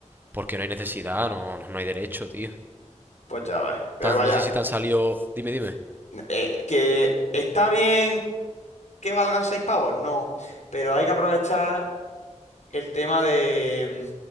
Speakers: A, on the right; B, on the left.
A: porque no hay necesidad, no, no, no hay derecho, tío.
B: pues ya ves. Pero
A: Tan-
B: vaya,
A: no sé si te han salido, dime, dime.
B: eh, que está bien que valgan seis pavos, no. Pero hay que aprovechar el tema de.